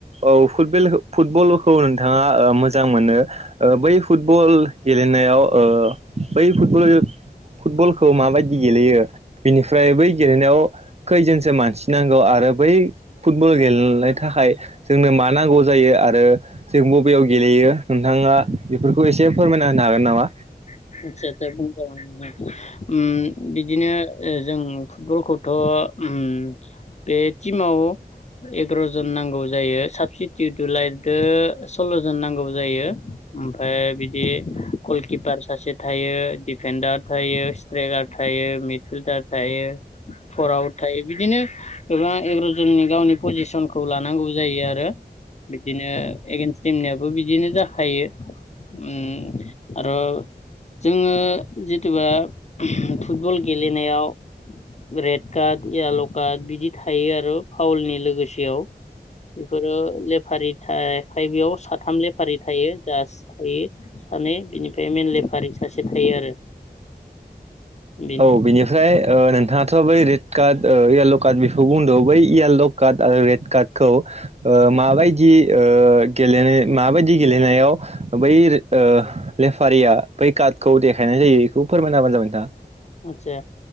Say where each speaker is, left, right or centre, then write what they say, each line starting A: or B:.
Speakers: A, on the right (about 40°); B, on the left (about 45°).
A: औ फुटबेल- फुटबलखौ नोंथाङा ओ मोजां मोनो। ओ, बै फुटबल गेलेनायाव ओ बै फुटबल -फुटबलखौ माबायदि गेलेयो बेनिफ्राय बै गेलेनायाव खैजोनसो मानसिनांगौ आरो बै फुटबल गेलेनो थाखाय जोंनो मा नांगौ जायो आरो जों बबेयाव गेलेयो? नोंथाङा बेफोरखौ एसे फोरमायना होनो हागोन नामा?
B: आदसा आदसा बुंदों <unintelligible> उम बिदिनो ओ जों फुटबलखौथ' उम बे टिमाव एगार' जन नांगौ जायो ।साबसिटि दुलायदो सल्ल' जन नांगौ जायो। ओमफ्राय बिदि गलकिपार सासे थायो, दिडफेडार थायो, स्ट्राइकार थायो, मिड फिल्डार थायो <unintelligible> <unintelligible> आव थायो बिदिनो गोबां एगार'जननि गावनि पजिसनखौ लानांगौ जायो आरो। बिदिनो एगेन्स्ट टिमनियाबो बिदिनो जाखायो‌। उम आर' जोङो जिथुबा फुटबल गेलेनायाव रेड कार्ड, येल' कार्ड बिदि थायो आर' फाउलनि लोगोसेयाव बेफोरो लेफारि थाखाय बेयाव साथाम लेफारि थायो, जास्ट थायो माने बिनिफ्राय मेनलि <unintelligible> सासे थायो आरो। बेनो
A: औ, बेनिफ्राय ओ नोंथाङाथ' बै काद ओ याल' काद बिखौ बुंद' बै याल' काद आरो रेड कादखौ माबायदि ओ गेलेनाय माबायदि गेलेनायाव बै ओ लेफारिया बै काद <unintelligible> देखायनाय जायो? इखौ फोरमायना होबानो जाबाय नोंथां।
B: आतसा